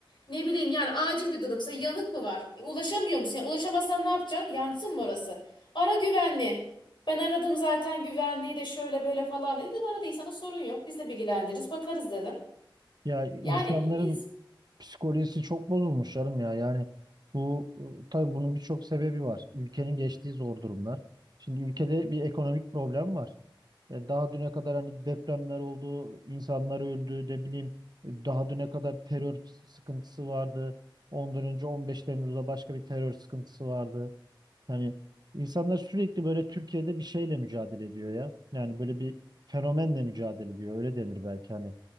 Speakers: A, on the left; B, on the right.
A: Ne bileyim yani acil bir durumsa yanık mı var? E, ulaşamıyor musun? Yani ulaşamazsan ne yapacaksın? Yansın mı orası? Ara güvenli. Ben aradım zaten güvenliği de şöyle böyle falan dedi. Dedim aradıysanız sorun yok. Biz de bilgilendiririz, bakarız dedim.
B: ya insanların
A: Yani iz-
B: psikolojisi çok bozulmuş canım ya. Yani bu ıı, tabii bunun birçok sebebi var. Ülkenin geçtiği zor durumlar. Şimdi ülkede bir ekonomik problem var. E, Daha düne kadar hani depremler oldu, insanlar öldü, ne bileyim e, daha düne kadar terör sıkıntısı vardı. Ondan önce 15 Temmuz'da başka bir terör sıkıntısı vardı. Yani insanlar sürekli böyle Türkiye'de bir şeyle mücadele ediyor ya. Yani böyle bir fenomenle mücadele ediyor. Öyle denir belki hani.